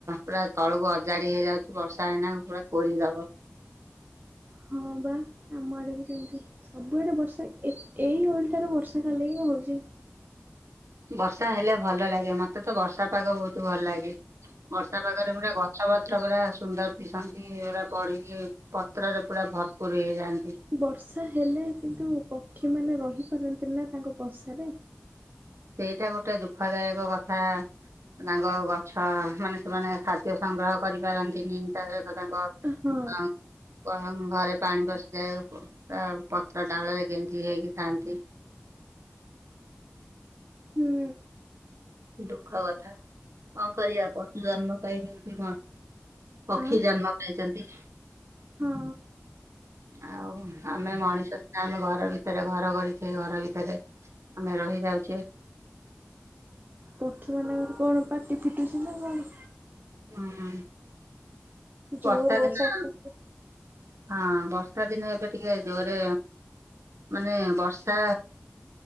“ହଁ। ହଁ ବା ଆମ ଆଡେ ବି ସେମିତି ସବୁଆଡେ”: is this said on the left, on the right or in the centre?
Right